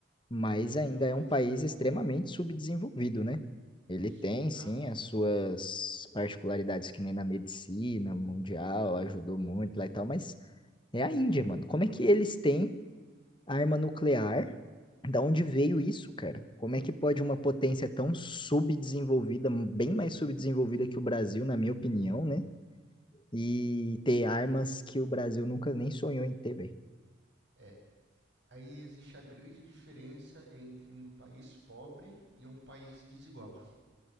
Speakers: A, on the left; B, on the right.
A: mas
B: Hoje em
A: ainda
B: dia é o mais
A: é um país
B: populoso
A: extremamente
B: do mundo.
A: subdesenvolvido, né? Ele
B: Subdim-
A: tem, sim,
B: ah,
A: as suas particularidades, que nem na medicina mundial, ajudou muito lá e tal, mas é a Índia, mano. Como é que eles têm arma nuclear? Da onde veio isso, cara? Como é que pode uma potência tão subdesenvolvida, bem mais subdesenvolvida que o Brasil, na minha opinião, né? E ter armas
B: ah,
A: que o Brasil nunca nem sonhou em ter, velho?
B: é. Aí existe a grande diferença entre um país pobre e um país desigual,